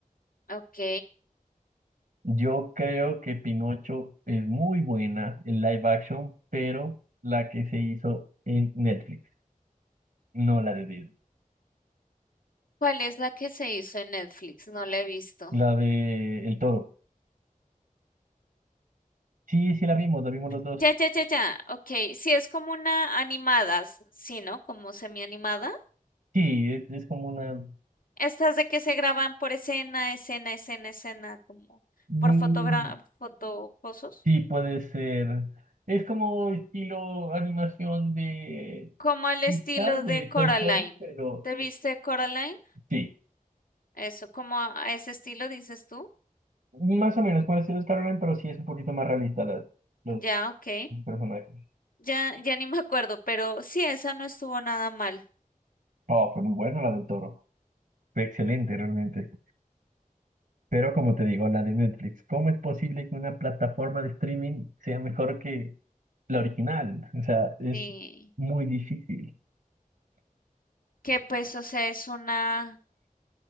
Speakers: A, on the left; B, on the right.
A: ok.
B: Yo creo que Pinocho es muy buena en live action, pero la que se hizo en Netflix, no la de Disney.
A: ¿Cuál es la que se hizo en Netflix? No la he visto.
B: La de El Toro. Sí, sí la vimos, la vimos los dos.
A: Ya, ya, ya, ya. Ok, sí, es como una animada, s- sí, ¿no? Como semi-animada.
B: Sí, es, es como una...
A: Estas de que se graban por escena, escena, escena, escena, como
B: mm,
A: por fotogra fotocosos.
B: sí, puede ser. Es como estilo animación de
A: Como al
B: Pixar,
A: estilo de
B: de
A: Coraline.
B: Toy Story, pero
A: ¿Te viste Coraline?
B: sí.
A: Eso, como a a ese estilo, dices tú.
B: Más o menos puede ser Star Online, pero sí es un poquito más realista las- los
A: Ya, ok.
B: los personajes.
A: Ya, ya ni me acuerdo, pero sí, esa no estuvo nada mal.
B: Oh, fue muy buena la del Toro. Fue excelente realmente. Pero como te digo, la de Netflix, ¿cómo es posible que una plataforma de streaming sea mejor que la original? O sea, es
A: Sí,
B: muy difícil.
A: que pues, o sea, es una,